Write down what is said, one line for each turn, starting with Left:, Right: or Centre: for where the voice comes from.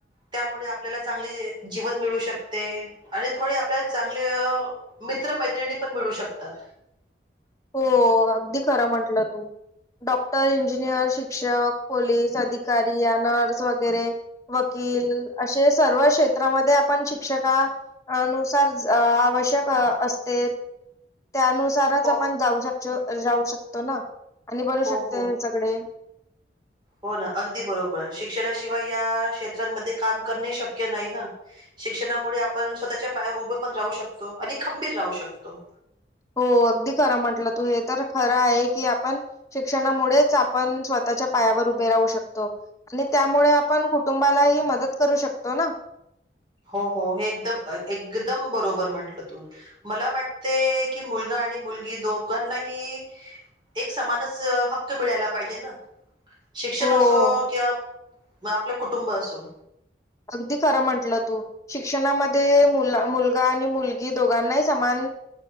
Right: त्यामुळे आपल्याला चांगले जीवन मिळू शकते आणि थोडी आपल्याला चांगले हो. मित्र मैत्रिणी पण मिळू शकतात.
Left: हो अगदी खरं म्हंटलं तू. डॉक्टर, इंजिनियर, शिक्षक, पोलीस, अधिकारी या नर्स वगैरे वकील -- असे सर्व क्षेत्रामध्ये आपण शिक्षका -- नुसार आवश्यक असते. त्यानुसारच
Right: हो
Left: आपण जाऊ जाऊ शकतो ना? आणि बनू
Right: हो
Left: शकते
Right: हो
Left: हेनच्याकडे
Right: हो ना. अगदी बरोबर. शिक्षणाशिवाय या क्षेत्रांमध्ये काम करणे शक्य नाही ना. शिक्षणामुळे आपण स्वतःच्या पायावर उभं पण राहू शकतो आणि खंबीर राहू शकतो.
Left: हो. अगदी खरं म्हटल तू हे तर खर आहे की आपण शिक्षणा मुळेच आपण स्वतःच्या पायावर उभे राहू शकतो आणि त्यामुळे आपण कुटुंबालाही मदत करू शकतो ना?
Right: हो, हो. एकदम एकदम बरोबर म्हंटलं तू मला वाटते की मुलगा -- मुलगी दोघांना ह एक समानच हक्क मिळायला पाहिजे ना? शिक्षण
Left: हो.
Right: असो किंवा आपलं कुटुंब असो
Left: अगदी खर आहे तुमचं कारण शिक्षण म्हणजे मुलगा मुलगी या दोघांना समान